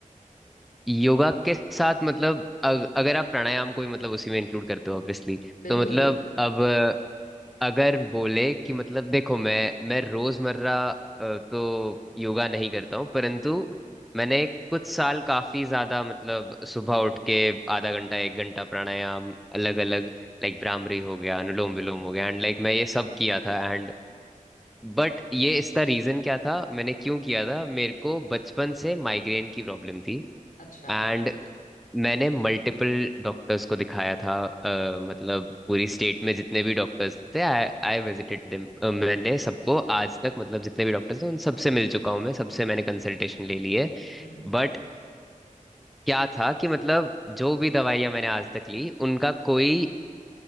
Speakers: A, in the centre; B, on the left.
A: योगा के साथ मतलब अग, अगर आप प्राणायाम को भी मतलब उसी में इंक्लूड करते हो ऑब्वियसली
B: बिल्कुल
A: तो मतलब
B: बिल्कुल
A: अब अगर बोले कि मतलब देखो मैं मैं रोजमर्रा अ, तो योगा नहीं करता हूँ परंतु मैंने कुछ साल काफी ज्यादा मतलब सुबह उठ के आधा घंटा एक घंटा प्राणायाम अलग अलग लाइक भ्रामरी हो गया अनुलोम विलोम हो गया एंड लाइक मैं ये सब किया था एंड बट ये इसका रीजन क्या था मैंने क्यों किया था मेरे को बचपन से माइग्रेन की प्रॉब्लम थी
B: अच्छा
A: एंड मैंने मल्टीपल डॉक्टर्स को दिखाया था अ, मतलब पूरी स्टेट में जितने भी डॉक्टर्स थे आई आई विजिटेड देम मैंने सबको आज तक मतलब जितने भी डॉक्टर्स हैं उन सबसे मिल चुका हूँ मैं सबसे
B: हम्म
A: मैंने कंसल्टेशन ले ली है
B: हम्म
A: बट क्या था कि मतलब जो भी दवाइयाँ मैंने आज तक ली उनका कोई